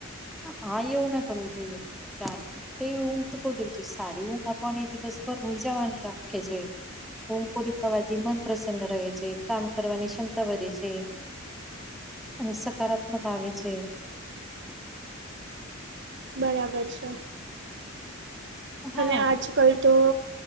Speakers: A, in the centre; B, on the right.
A: હા એવું ના કરવું જોઈએ. રાતે ઊંઘ તો બહુ જરૂરી છે સારી ઊંઘ આપને દિવસ ભર ઉર્જાવાન રાખે છે. ઊંઘ પોરી થવાથી મન પ્રસન્ન રહે છે કામ કરવાની ક્ષમતા વધે છે. અને સકારાત્મક આવે છે.
B: બરાબર છે,
A: હા
B: અને આજ કલ તો,